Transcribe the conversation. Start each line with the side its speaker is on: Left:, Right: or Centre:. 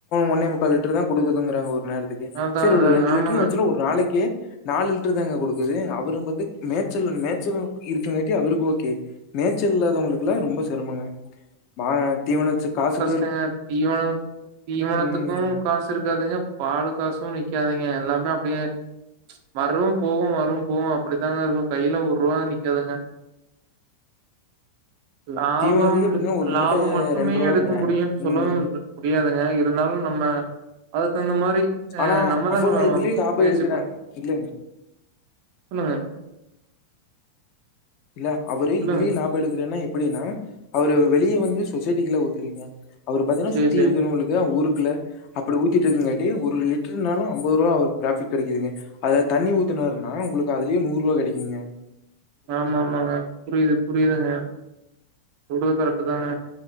Left: ஒன்னே முக்கால் லிட்டர் தான் கொடுக்குதுங்கறாங்க ஒரு நேரத்துக்கு
Right: அதான்
Left: சரி
Right: அதாங்க
Left: ஒரு ரெண்டு
Right: ஆமாங்க.
Left: லிட்டர் வச்வோம் ஒரு நாளைக்கே நாலு லிட்டரு தாங்க குடுக்குது அவரும் ப்த்த மேச்சல் மேச்சல் இருக்குங்காட்டி அவருக்கு ஓக்கே மேச்சல் இல்லாதவங்களுக்குல்லா ரொம்ப சிரமங்க வாங்க தீவனச்சு காசு
Right: ங்க தீவனம் தீவனத்துக்கும்
Left: ம்.
Right: காசு இருக்காதுங்க பால் வரகாசும் நிக்காதிங்க எல்லாமே அப்படியே ச்சு வரும் போவும் வரும் போவும் அப்படித்தாங்க இருக்கும் கையில ஒரூபா நிக்காதுங்க லாபம்
Left: தீவனத்துக்கே
Right: உன்
Left: பாத்தீங்கன்னா, ஒரு
Right: லாபம்
Left: மூட்டை
Right: மட்டுமே
Left: ரூ.
Right: எடுக்க முடியும் சொல்லவும்
Left: ம்.
Right: முடியாதுங்க ஏ இருந்தாலும் நம்ம அது தகுந்த மாரி
Left: ஆனா
Right: அ நம்மதாங்க
Left: அவுங்க இதுலயே லாபம்
Right: முயற்சி
Left: எடுக்கிறாங்
Right: பண்ணு
Left: இல்
Right: சொல்லுங்க
Left: இல் அவரு
Right: சொல்லுங்க
Left: இதுலயே லாப எடுக்குறேன்னாப் அப்படின்னா அவரு வெளிய வந்து சொசைட்டிக்குள்ள ஊத்துலிங்க அவரு பாத்தீங்க
Right: சேரி
Left: சுத்தி
Right: சேரிங்க
Left: இருக்கிறவங்களுக்கு ஊரு க்ல அப்படி ஊத்திட்டு இருக்குங்காட்டி ஒரு லிட்டர்னாலும் அம்பது ரூவா அவருக்கு பிராஃபிட் கெடைக்குதுங்க அதுல தண்ணி ஊத்துனாருன்னா உங்களுக்கு அதுலயே நூறு ரூவா கெடைக்குங்க
Right: ஆமா ஆமாங்க புரிது புரிதுங்க சொல்றது கரெக்ட் தாங்க